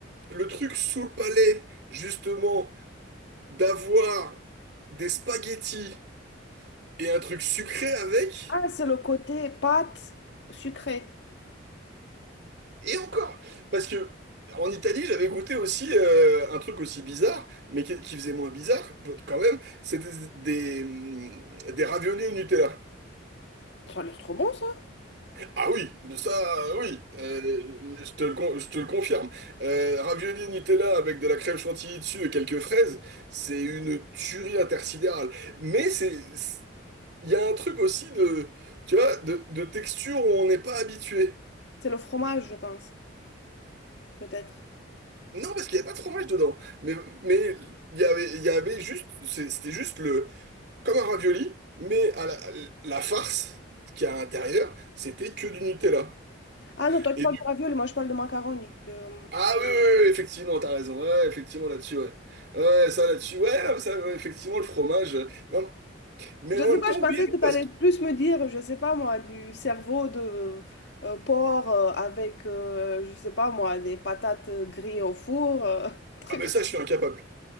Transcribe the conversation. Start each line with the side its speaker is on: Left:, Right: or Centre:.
Right: le truc sous le palais, justement, d'avoir des spaghettis et un truc sucré avec.
Left: Ah, c'est le côté pâte sucrée.
Right: Et encore, parce que en Italie, j'avais goûté aussi euh, un truc aussi bizarre, mais qui, qui faisait moins bizarre quand même, c'était des, hum, des raviolis au Nutella.
Left: Ça a l'air trop bon, ça.
Right: Ah oui, de ça, oui, euh, je te le, con- je te le confirme. Euh, raviolis au Nutella avec de la crème chantilly dessus et quelques fraises, c'est une tuerie intersidérale. Mais c'est, c'est- il y a un truc aussi de, tu vois, de, de texture où on n'est pas habitué.
Left: C'est le fromage, je pense, peut-être.
Right: Non, parce qu'il n'y avait pas de fromage dedans. Mais, mais il y avait, il y avait juste, c'est- c'était juste le, comme un ravioli, mais à la, la farce qu'il y a à l'intérieur, c'était que du Nutella.
Left: Ah non, toi, tu
Right: Et
Left: parles
Right: du...
Left: de ravioli, moi, je parle de macaroni. De...
Right: Ah oui, oui, oui, effectivement, t'as raison. Ouais, ouais, effectivement, là-dessus, ouais. Ouais, ouais, ça, là-dessus, ouais, non, ça, ouais, effectivement, le fromage. euh, Mais en, mais
Left: Je
Right: en
Left: sais
Right: même
Left: pas,
Right: temps,
Left: je pensais
Right: oui, et non,
Left: que tu
Right: parce
Left: allais
Right: que...
Left: plus me dire, je sais pas, moi, du cerveau de euh, porc euh, avec, euh, je sais pas, moi, des patates grillées au four. euh, <laughs> un truc.
Right: Ah, mais ça, je suis incapable.